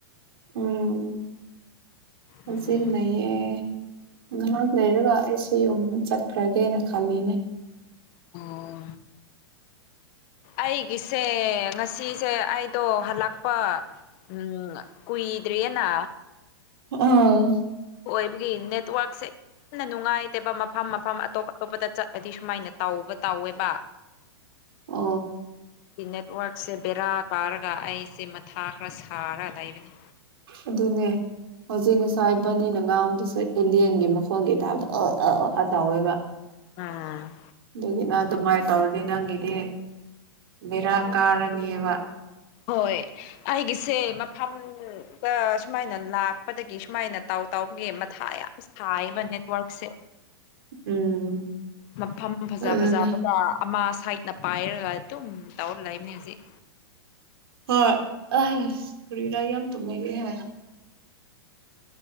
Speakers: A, on the right (about 65°); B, on the left (about 45°).
A: ꯎꯝ ꯐꯆꯒꯤ
B: ꯎꯝ
A: ꯂꯩꯌꯦꯦ ꯉꯥꯏꯍꯥꯛ ꯂꯩꯔꯒ ꯑꯩꯁꯨ ꯌꯨꯝ ꯆꯠꯈ꯭ꯔꯒꯦꯅ ꯈꯜꯂꯤꯅꯦ
B: ꯑꯣ ꯑꯩꯒꯤꯁꯦ ꯉꯁꯤꯁꯦ ꯑꯩꯗꯣ ꯍꯜꯂꯛꯄ ꯎꯝ ꯀꯏꯗ꯭ꯔꯤꯌꯦꯅꯥ
A: ꯑ
B: ꯍꯣꯏꯕꯒꯤ ꯏꯅꯦ ꯇꯨ ꯑꯛꯁ ꯌꯥꯝꯅ ꯅꯨꯡꯉꯥꯏꯇꯦꯕ ꯃꯐꯝ ꯃꯐꯝ ꯑꯇꯣꯞ ꯑꯇꯣꯞꯄꯗ ꯆꯠꯂꯗꯤ ꯁꯨꯃꯥꯏꯅ ꯇꯧꯕ ꯇꯧꯋꯦꯕ
A: ꯑ
B: ꯅꯦꯠꯋꯔꯛꯁꯦ ꯕꯦꯔꯥ ꯀꯥꯔꯒ ꯑꯩꯁꯦ ꯃꯊꯥ ꯈꯔ ꯁꯥꯔꯒ ꯂꯩꯕꯅꯤ
A: ꯑꯗꯨꯅꯦ ꯍꯧꯖꯤꯛ ꯉꯁꯥꯏ ꯕꯅꯦꯅ ꯉꯥꯗꯨꯁꯨ ꯑꯦꯂꯤꯌꯟꯒꯤ ꯃꯈꯣꯟꯒꯤ ꯇꯥꯕ ꯑ ꯑꯥ ꯑꯣ ꯑꯥ ꯇꯧꯋꯦꯕ
B: ꯎꯝ
A: ꯑꯗꯨꯒꯤꯅ ꯑꯗꯨꯃꯥꯏꯅ ꯇꯧꯔꯗꯤ ꯅꯪꯒꯤꯗꯤ ꯕꯦꯔꯥ ꯀꯥꯔꯅꯤꯕ
B: ꯍꯣꯏ ꯑꯩꯒꯤꯁꯦ ꯃꯐꯝꯗ ꯁꯨꯃꯥꯏꯅ ꯂꯥꯛꯄꯗꯒꯤ ꯁꯨꯃꯥꯏꯅ ꯇꯧ ꯇꯧꯒꯦ ꯃꯊꯥ ꯌꯥꯝ ꯁꯥꯏꯕ ꯅꯦꯠꯋꯥꯔꯛꯁꯦ
A: ꯎꯝ
B: ꯃꯐꯝ ꯐꯖ
A: ꯑꯗꯨꯅꯦ
B: ꯐꯖꯕꯗ ꯑꯃ ꯁꯥꯏꯠꯅ ꯄꯥꯏꯔꯒ ꯑꯗꯨꯝ ꯇꯧꯔ ꯂꯩꯏꯕꯅꯦ ꯍꯧꯖꯤꯛ
A: ꯍꯣꯏ ꯑ ꯀꯔꯤꯗꯥ ꯌꯥꯝ ꯇ ꯃ ꯍꯥꯏ